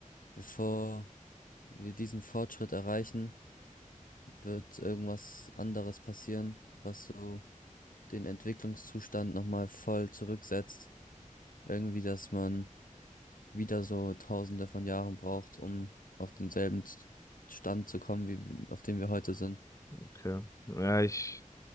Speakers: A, on the left; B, on the left.
A: bevor wir diesen Fortschritt erreichen, wird irgendwas anderes passieren, was so den Entwicklungszustand nochmal voll zurücksetzt. Irgendwie, dass man wieder so Tausende von Jahren braucht, um auf denselben Z- Stand zu kommen, wie auf dem wir heute sind.
B: Okay. Ja, ich.